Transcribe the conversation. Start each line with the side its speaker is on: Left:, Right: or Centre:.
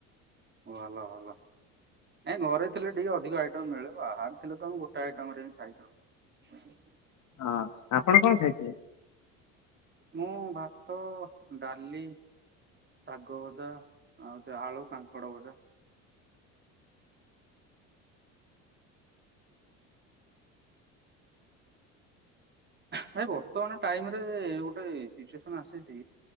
Right: ଭଲ ଭଲ। ଏ ଘରେ ଥିଲେ ଟିକେ ଅଧିକ ଆଇଟମ୍ ମିଳେ ବାହରେ ଥିଲେ ତ ମୁଁ ଗୋଟେ ଆଇଟମ୍ ରେ ଖାଇ ଦିଏ। <inaudible>
Left: ହଁ ଆପଣ କଣ ଖାଇଥିଲେ?
Right: ମୁଁ ଭାତ ଡାଲି। ଶାଗ ଭଜା ଆଉ ସେ ଆଳୁ କାଙ୍କଡ ଭଜା। ଭାଇ ବର୍ତ୍ତମାନ ଟାଇମି ରେ ଗୋଟେ ସିଚୁଏସନ୍ ଆସିଚି।